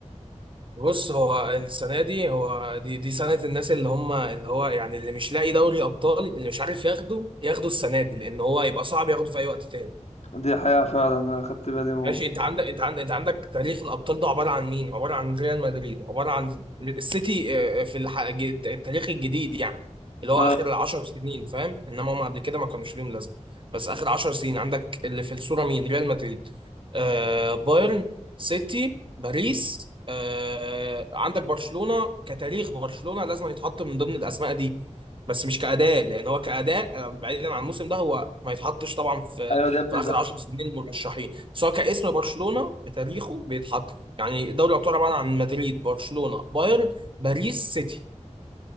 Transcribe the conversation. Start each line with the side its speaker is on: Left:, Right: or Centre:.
Right: بص هو السنه دي هو دي دي سنه الناس اللي هم اللي هو يعني اللي مش لاقي دوري ابطال اللي مش عارف ياخده ياخده السنه دي لان هو يبقى صعب ياخده في اي وقت تاني
Left: دي حقيقه فعلا انا خدت بالي موت
Right: ماشي انت عندك انت عندك انت عندك تاريخ الابطال ده عباره عن مين؟ عباره عن ريال مدريد عباره عن السيتي آه، آه، في الح- الج- التاريخ الجديد يعني اللي هو
Left: اه
Right: اخر 10 سنين فاهم؟ انما هم قبل كده ما كانوش ليهم لازمه بس اخر 10 سنين عندك اللي في الصوره مين؟ ريال مدريد آه بايرن سيتي باريس آه عندك برشلونه كتاريخ برشلونه لازم يتحط من ضمن الاسماء دي بس مش كأداء لان هو كأداء آه، بعيدا عن الموسم ده هو ما يتحطش طبعا في
Left: ايوه ده يا ابني
Right: في اخر
Left: ده
Right: 10 سنين المرشحين سواء كاسم برشلونه بتاريخه بيتحط يعني دوري الابطال عباره عن مدريد برشلونه بايرن باريس سيتي